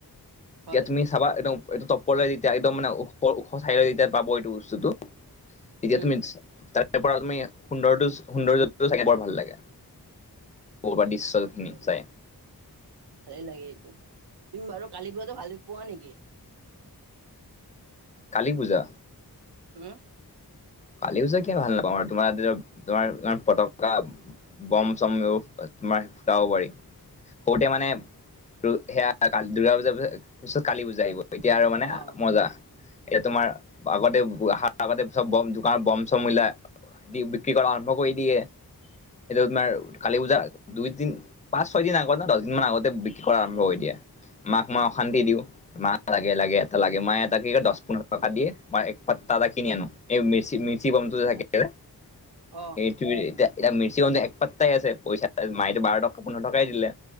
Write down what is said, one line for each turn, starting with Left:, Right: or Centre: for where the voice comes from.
Left: তেতিয়া
Right: হয়
Left: তুমি চাবা একদম এইটো তপৰলে যেতিয়া একদম মানে ওখ-ওখ চাইদ যেতিয়া পাব এইটো বস্তুটো, তেতিয়া
Right: উম
Left: তুমি <unintelligible> তাৰ পৰা তুমি সুন্দৰটোছ সুন্দৰ্যটো চাই বৰ ভাল লাগে। পৰা
Right: <unintelligible>
Left: দৃশ্যখিনি চাই
Right: ভালেই লাগে এইটো। তুমি বাৰু কালি পূজাটো ভাল নোপোৱা নেকি?
Left: কালি পূজা।
Right: হুম?
Left: কালি পূজা কিয় ভাল নাপাম আৰু তোমাৰ <unintelligible> তোমাৰ ইমান পতকা বম চম <unintelligible> তোমাৰ ফুটাব পাৰি। সৰুতে মানে তো, সেয়া কাল দুৰ্গা পূজাৰ পিছত কালি পূজা আহিব। এতিয়া আৰু মানে
Right: অ
Left: মজা। এই তোমাৰ আগতে পোৰা সাততা <unintelligible> চ'ব বম ধু <unintelligible> বম চম ওলাই বিক্ৰী কৰা আৰম্ভ কৰি দিয়ে। এটো তোমাৰ কালি পূজা দুই তিন পাঁচ ছয় দিন আগত না দহদিন মান আগতে বিক্ৰী কৰা আৰম্ভ হৈ দিয়ে। মাক মই অশান্তি দিওঁ। মা লাগে লাগে এথা লাগে মায়ে এটা কি কয় দছ পোন্ধৰ টকা দিয়ে মই এক পাত্তা এটা কিনি আনো। চি, মিৰ্চি বমটো
Right: আচ্ছা
Left: যে থাকে যে,
Right: অ
Left: এই টোৱে এতিয়া ইটা মিৰ্চি বমটো এক পাত্তাই আছে পইচা মাইটো বাৰ টকা পোন্ধৰ টকাই দিলে।